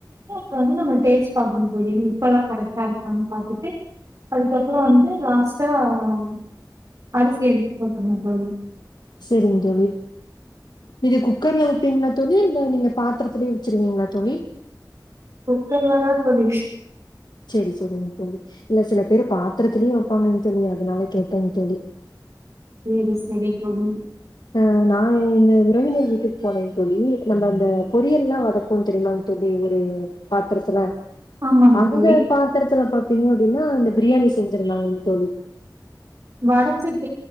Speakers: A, on the right (about 45°); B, on the left (about 75°).
A: இப்பா வந்து நம்ம டேஸ்ட் பாக்கும்போது உப்பல்லாம் கரெக்டா இருக்குத பாத்துட்டு அதுக்கப்புறம் வன்டு ராஸ் ஆஹ் அரிசி எடுத்து போட்டறனும் தோழி
B: சேரிங்க தோழி இது குக்கர்ல வப்பீங்களா தோழி இல்ல நீங்க பாத்திரத்துலயே வச்சிருவீங்களா தோழி
A: குக்கர்லதான் தோழி விஸ்
B: சோரி சோரிங்கு தோழி இல்ல சில பேரு பாத்திரத்துலேயும் வைப்பாங்கன்னு தோழி அதனால கேட்டேன்னு தோழி
A: சேரி சேரி தோழி
B: அஹ் நா எங்க உறவினர் வீட்டுக்கு போனேங் தோழி நம்ம அந்த பொரியல் எல்லாம் வதக்குவாம் தெரியுமா தோழி ஒரு பாத்திரத்துல
A: ஆமாங்
B: அங்க
A: தோழி
B: பாத்திரத்துல பா பாத்தீங்கன்னா அப்பிடனா அந்த பிரியாணி செஞ்சிருந்தாங் தோழி
A: வடச்சட்